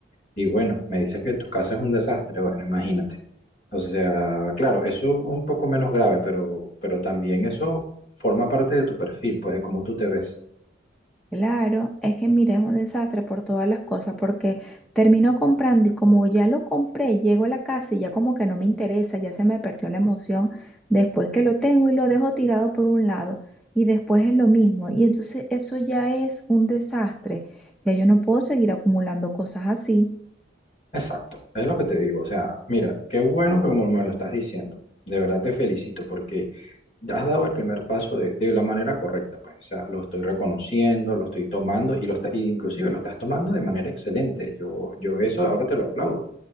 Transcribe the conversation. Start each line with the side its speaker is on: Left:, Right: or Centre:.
Left: Y bueno, me dices que tu casa es un desastre, bueno, imagínate. O sea, claro, eso es un poco menos grave, pero, pero también eso forma parte de tu perfil, pues de cómo tú te ves.
Centre: Claro, es que mira, es un desastre por todas las cosas, porque termino comprando y como ya lo compré, llego a la casa y ya como que no me interesa, ya se me perdió la emoción después que lo tengo y lo dejo tirado por un lado y después es lo mismo. Y entonces eso ya es un desastre. Ya yo no puedo seguir acumulando cosas así.
Left: Exacto, es lo que te digo. O sea, mira, qué bueno que como me lo estás diciendo. De verdad te felicito porque ya has dado el primer paso de, de la manera correcta, pues. O sea, lo estoy reconociendo, lo estoy tomando y lo está, y inclusive lo estás tomando de manera excelente. Yo, yo eso ahora te lo aplaudo.